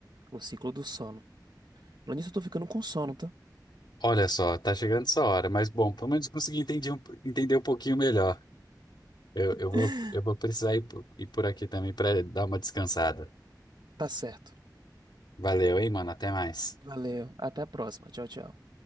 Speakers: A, on the right (about 80°); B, on the left (about 80°).
A: o ciclo do sono. Falando nisso, eu tô ficando com sono, tá?
B: Olha só, tá chegando essa hora, mas bom, pelo menos consegui entender um, entender um pouquinho melhor. Eu,
A: <laughs>
B: eu vou, eu vou precisar ir por, ir por aqui também para dar uma descansada.
A: Tá certo.
B: Valeu, hein, mano? Até mais.
A: Valeu, até a próxima. Tchau, tchau.